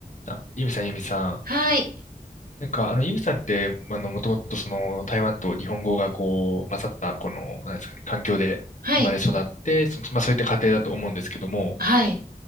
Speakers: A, on the left; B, on the right.
A: あ、ユミさん、ユミさん。
B: はい、
A: なんか、あの、ユミさんって、まあの、もともとその、台湾と日本語がこう、混ざった、この、なんですかね、環境で生まれ育って、
B: はい、
A: その、まあ、そういった家庭だと思うんですけども、
B: はい。